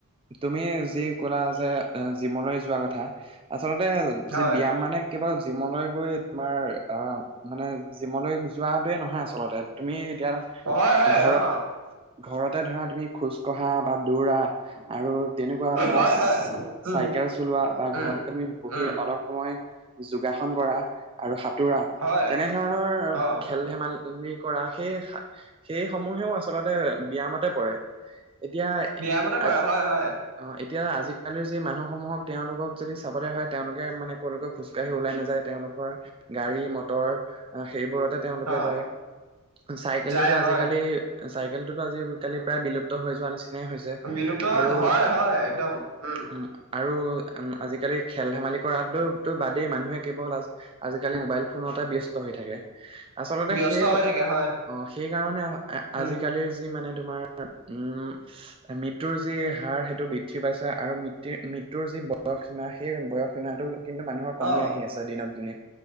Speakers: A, on the right (about 25°); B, on the right (about 85°).
A: তুমি যি ক'লা যে এ জিমলৈ যোৱা কথা আচলতে যি
B: হয়
A: ব্যায়াম মানে কেৱল জিমলৈ গৈ তোমাৰ অ মানে জিমলৈ কোৱাটোৱে নহয় আচলতে তুমি এতিয়া
B: হয় হয়
A: ঘ
B: অ
A: ঘৰতে ধৰা তুমি খোজ কঢ়া বা দৌৰা আৰু তেনেকুৱা ধৰা
B: হয় হয় উম
A: চাইকেল চলোৱা বা
B: উম
A: ঘৰত তুমি বহি
B: উম
A: অলপ সময় যোগাসন কৰা আৰু সাঁতোৰা
B: হয়
A: তেনে ধৰণৰ
B: অ
A: খেল ধেমাল লি কৰা সেই সেই সমূহেও আচলতে ব্যায়ামতে পৰে এতিয়া
B: ব্যায়ামতে পৰে
A: আ
B: হয় হয়
A: অ এতিয়া আজি আজিকালি যি মানুহসমূহক তেওঁলোকক যদি চাবলৈ হয় তেওঁলোকে মানে ক'লৈকে খোজকাঢ়ি ওলাই নাযায় তেওঁলোকৰ গাড়ী মটৰ অ সেইবোৰতে তেওঁলোকে
B: অ
A: যায় চাইকেলটোতো
B: যায়
A: আজিকালি
B: হয়
A: চাইকেল টোতো আজি কালি প্ৰায় বিলুপ্ত হৈ যোৱা নিচিনাই হৈছে
B: বিলুপ্ত
A: আৰু
B: হয় হয় একদম উ
A: উম আৰু উ আজিকালি খেল ধেমালি কৰাটোো তো বাদেই মানুহে কেৱল আজিকালি মোবাইল ফোনতে ব্য্স্ত হৈ থাকে আচলতে
B: ব্যস্ত
A: সেইবোৰ
B: হৈ থাকে হয়
A: অ সেইকাৰণে
B: উম
A: আজিকালিৰ যি মানে তোমাৰ উম মৃত্যুৰ যি হাৰ সেইটো বৃদ্ধি পাইছে আৰু মৃত্য মৃত্যুৰ যি বয়সীমা সেই বয়সীমাটো কিন্তু মানুহৰ কমি
B: অ
A: আহি আছে দিনক দিনে